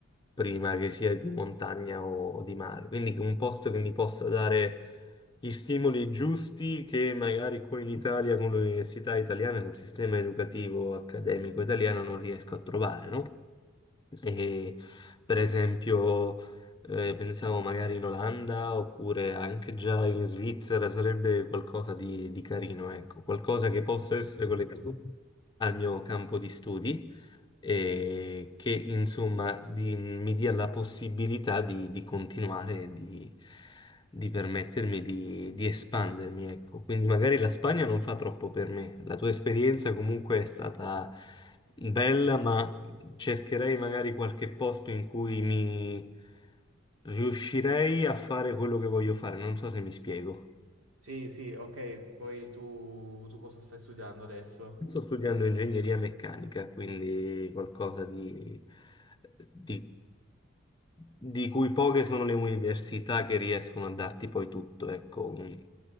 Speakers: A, on the left (about 20°); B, on the right (about 70°).
A: prima che sia di montagna o di mare. Quindi che un posto che mi possa dare gli stimoli giusti che magari qui in Italia, con l'università italiana, col sistema educativo accademico italiano non riesco a trovare, no? E, per esempio, eh, pensavo magari in Olanda oppure anche già in Svizzera sarebbe qualcosa di, di carino, ecco, qualcosa che possa essere collegato al mio campo di studi eh, che insomma di- mi dia la possibilità di, di continuare, e di, di permettermi di, di espandermi, ecco. Quindi magari la Spagna non fa troppo per me. La tua esperienza comunque è stata bella, ma cercherei magari qualche posto in cui mi riuscirei a fare quello che voglio fare. Non so se mi spiego.
B: Sì, sì, ok. Poi tu, tu cosa stai studiando adesso?
A: Sto studiando ingegneria meccanica, quindi qualcosa di, di- di cui poche sono le università che riescono a darti poi tutto, ecco, un-